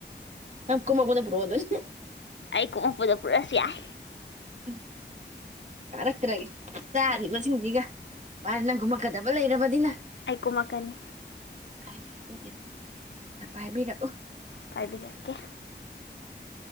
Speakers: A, on the right (about 40°); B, on the left (about 90°).
A: ꯅꯪ ꯀꯨꯝꯃꯛ ꯄꯗ ꯄꯨꯔꯛꯕꯣ ꯑꯗꯨꯗꯤ
B: ꯑꯩ ꯀꯨꯝꯃꯛꯄꯗ ꯄꯨꯔꯛꯁꯨ ꯌꯥꯏ
A: ꯎꯝ ꯀꯥꯔꯛꯇ꯭ꯔꯒꯦ ꯆꯥꯔꯤꯕꯁꯤꯡꯁꯤꯒ ꯃꯥꯅꯦ ꯅꯪ ꯀꯨꯝꯃꯛꯀꯗꯕ ꯂꯩꯔꯕꯅꯤꯅ
B: ꯑꯩꯀꯨꯝꯃꯛꯀꯅꯤ
A: ꯑꯗꯨꯗꯤ ꯄꯥꯏꯕꯤꯔꯛ ꯎ
B: ꯄꯥꯏꯕꯤꯔꯛꯀꯦ